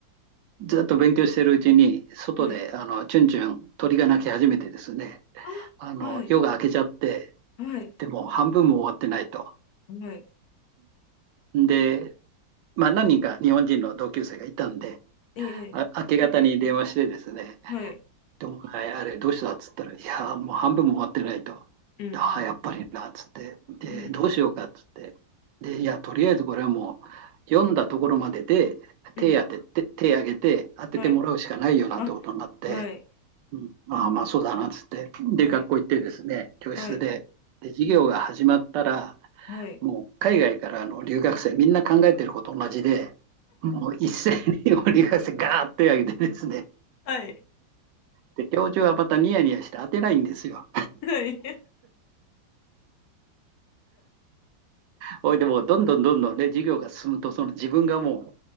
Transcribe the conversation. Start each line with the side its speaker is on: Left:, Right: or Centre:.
Right: ずっと勉強しているうちに、外であのチュンチュン鳥が鳴き始めてですね、
Left: はい。あ、
Right: あの夜が明けちゃって、
Left: はい、はい、
Right: でも半分も終わってないと。
Left: はい。
Right: うん、で、まあ、何人か日本人の同級生がいたんで、
Left: ええ、
Right: あ明け方に電話してですね、
Left: はい。
Right: でお前、あれどうしたっつったら、いやもう半分も終わってないと。
Left: うん、
Right: ああ、やっぱりなっつって、で、
Left: うん、うん、
Right: どうしようかっつって、で、いや、とりあえずこれはもう、読んだところまでで手当てて、
Left: うん。
Right: 手挙げて当ててもらうしかないよなってことになって、
Left: はい。あ、はい、
Right: うん、ああ、まあそうだな、つって。で、
Left: はい、
Right: 学校行ってですね、教室で、
Left: はい、
Right: で、授業が始まったら、
Left: はい、
Right: もう海外からの留学生、みんな考えてること同じで、もう一斉にもう留学生ガーッと手を挙げてですね、
Left: はい、
Right: で、教授はまたニヤニヤして当てないんですよ。
Left: はい。
Right: おいでもうどんどんどんどんね、授業が進むと、その自分がも